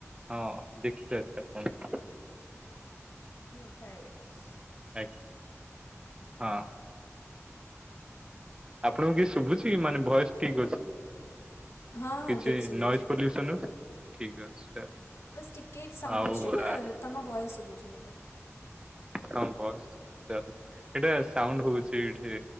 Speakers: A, on the right; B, on the left.
A: ହଁ ଦେଖିତେ ଅଛି ଆପଣ
B: ହଁ ପ୍ରାଇଭେଟ୍ ଅଛି
A: ଆଜ୍ଞା ହଁ ଆପଣଙ୍କୁ କିଏ ଶୁଭୁଛି ମାନେ ଭ ଏସ ଠିକ ଅଛି
B: ହଁ ହଁ
A: କିଛି
B: ଠିକ୍ ଶୁଭୁଛି।
A: ନଏଜ ପଲ୍ୟୁସନ ଠିକ ଅଛି
B: ବାସ୍ ଟିକିଏ ସାଉଣ୍ଡ
A: ଆଉ
B: ଆସୁଛି ବା
A: ଆ
B: ତମ ଭ ଏସ ଶୁଭୁଛି ମୋତେ
A: ହଁ ବସ୍ ଚା ଏଟା ସାଉଣ୍ଡ ହଉଛି ଏଠି